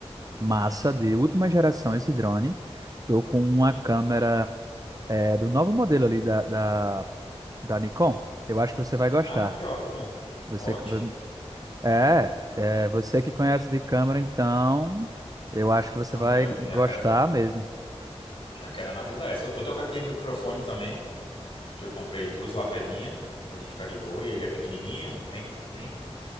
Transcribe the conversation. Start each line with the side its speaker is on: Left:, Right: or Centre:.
Right: massa
Left: Hum.
Right: de última geração, esse drone. Estou com uma câmera é, do novo modelo ali da, da, da Nikon. Eu acho que você vai gostar.
Left: Ah, que ótimo.
Right: Você
Left: Ótimo.
Right: que- é, é você que conhece de câmera, então eu acho que você
Left: Não,
Right: vai
Left: já,
Right: gostar
Left: já quero,
Right: mesmo.
Left: já quero analisar essa. Eu tô com aquele microfone também, que eu comprei duas lapelinhas, pra gente ficar de boa, e ele é pequenininho, nem, nem